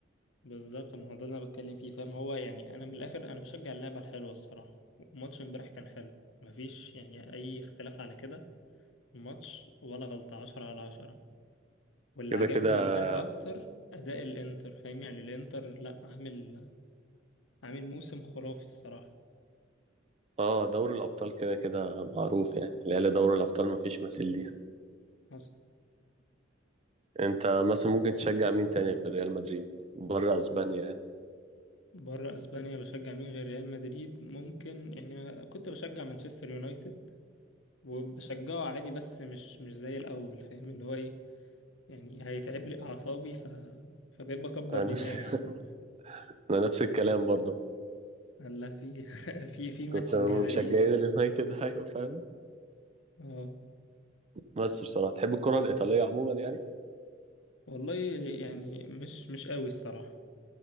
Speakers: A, on the left; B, on the right.
A: بالظبط ما هو ده اللي انا بتكلم فيه فاهم هو يعني انا من الاخر انا بشجع اللعبه الحلوه الصراحه وماتش امبارح كان حلو مفيش يعني اي اختلاف على كده الماتش ولا غلطه عشرة على عشرة واللي
B: كده
A: عجبني
B: كده
A: امبارح اكتر اداء الانتر فاهم يعني الانتر لا عامل عامل موسم خرافي الصراحه
B: اه دوري الابطال كده كده معروف يعني العيال دوري الابطال مفيش مثيل ليها
A: حصل
B: انت مثلا ممكن تشجع مين تاني غير ريال مدريد بره اسبانيا يعني
A: بره اسبانيا بشجع مين غير ريال مدريد ممكن يعني كنت بشجع مانشستر يونايتد وبشجعه عادي بس مش مش زي الاول فاهم اللي هو ايه يعني هيتعب لي أعصابي ف... فبقيت بكبر
B: انا
A: دماغي
B: نفس <laughs>
A: يعني
B: انا نفس الكلام برضه
A: الله في <laughs> في في ماتشنج
B: كنت
A: غريب
B: مشجعين اليونايتد <laughs> ايوه فاهم
A: اه
B: بس بصراحة تحب الكرة الإيطالية عموما يعني
A: والله يعني مش مش قوي الصراحة